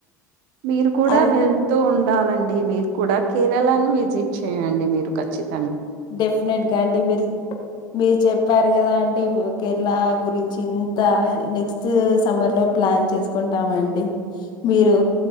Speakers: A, on the right; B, on the left.
A: మీరు కూడా
B: అర
A: వెళ్తూ ఉం ఉండాలండి మీరు కూడా కేరళను విజిట్ చేయండి మీరు ఖచ్చిత
B: డెఫ్ నెట్గా అండి మీరు మీరు చెప్పారు కదా అండి కేరళ గురించి చింత నెక్స్ట్ సమ్మర్ లో ప్లాన్ చేసుకుంటామండి మీరు